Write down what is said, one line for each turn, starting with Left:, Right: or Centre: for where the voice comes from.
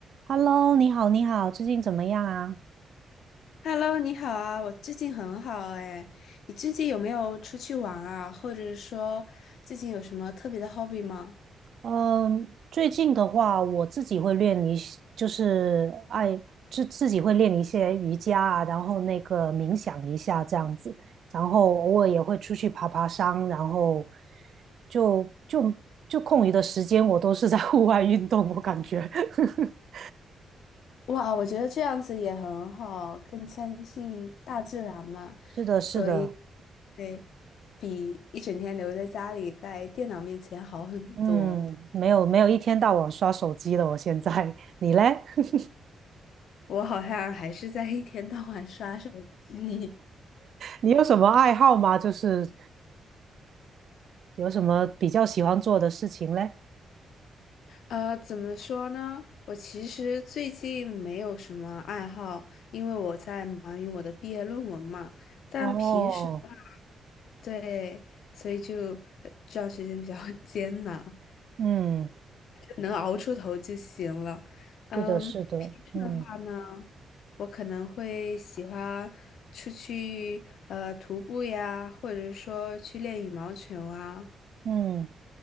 Right: Hello，你好，你好，最近怎么样啊？
Left: Hello，你好啊，我最近很好哎。你最近有没有出去玩啊？或者说最近有什么特别的 hobby 吗？
Right: 嗯，最近的话，我自己会练一些，就是爱自自己会练一些瑜伽啊，然后那个冥想一下这样子，然后偶尔也会出去爬爬山，然后就就就空余的时间，我都是在 <laughs> 户外运动，我感觉。<laughs>
Left: 哇，我觉得这样子也很好，更亲近大自然嘛。
Right: 是的，
Left: 所以，
Right: 是的，
Left: 对，比一整天留在家里在电脑面前好很多。
Right: 嗯，没有没有一天到晚刷手机了，我现在，你嘞？<laughs>
Left: 我好像还是在一天到晚刷手机。
Right: 你有什么爱好吗？就是有什么比较喜欢做的事情嘞？
Left: 呃，怎么说呢？我其实最近没有什么爱好，因为我在忙于我的毕业论文嘛。但平时的话，
Right: 哦，
Left: 对，所以就呃这段时间比较 <laughs> 艰难，
Right: 嗯，
Left: 就能熬出头就行了。嗯，
Right: 是的，是的，
Left: 平时的话呢，
Right: 嗯
Left: 我可能会喜欢出去呃徒步呀，或者说去练羽毛球啊。
Right: 嗯，